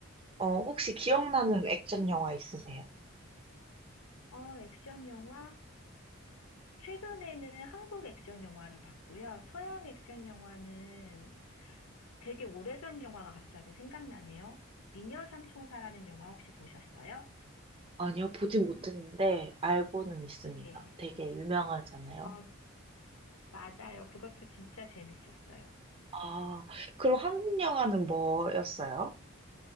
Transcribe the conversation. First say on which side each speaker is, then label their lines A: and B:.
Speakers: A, on the right (about 25°); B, on the left (about 85°).
A: 어, 혹시 기억나는 액션 영화 있으세요?
B: 어, 액션 영화? 최근에는 한국 액션 영화를 봤고요. 서양 액션 영화는 되게 오래전 영화가 갑자기 생각나네요. 미녀 삼총사라는 영화 혹시 보셨어요?
A: 아니요, 보진 못했는데 알고는 있습니다.
B: 네.
A: 되게 유명하잖아요.
B: 어, 맞아요. 그것도 진짜 재밌었어요.
A: 아, 그럼 한국 영화는 뭐였어요?